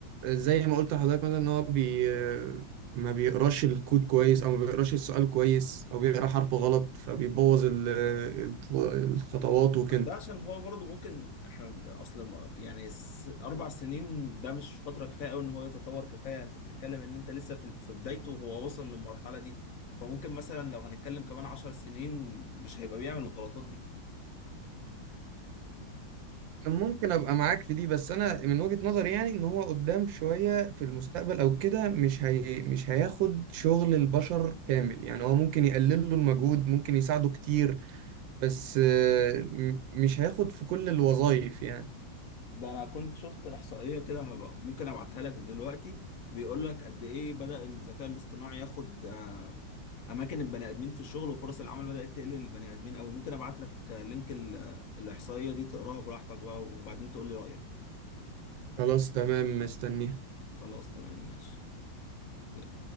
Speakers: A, on the right; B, on the left.
A: زي ما قلت لحضرتك مثلا ان هو بي ما بيقراش الكود كويس او ما بيقراش السؤال كويس او بيقرا حرف غلط فبيبوظ ال- الخ- الخطوات وكده
B: بس ده عشان هو برضه ممكن احنا اصل ما- يعني س- اربع سنين ده مش فتره كفايه قوي ان هو يتطور كفايه انت بتتكلم ان انت لسه في في بدايته وهو وصل للمرحله دي فممكن مثلا لو هنتكلم كمان عشر سنين مش هيبقى بيعمل الغلطات دي
A: ممكن ابقى معاك في دي بس انا من وجهة نظري يعني ان هو قدام شوية في المستقبل او كده مش هي مش هياخد شغل البشر كامل يعني هو ممكن يقلل له المجهود ممكن يساعده كتير بس آه، م- مش هياخد في كل الوظائف يعني
B: ده انا كنت شفت احصائيه كده هبقى ممكن ابعتها لك دلوقتي بيقول لك قد ايه بدأ الذكاء الاصطناعي ياخد آه، اماكن البني ادمين في الشغل وفرص العمل بدأت تقل للبني ادمين قوي ممكن ابعت لك آه، لينك ال- آه، الاحصائيه دي تقراها براحتك بقى وبعدين تقول لي رأيك
A: خلاص تمام مستني
B: خلاص تمام ماشي يلا.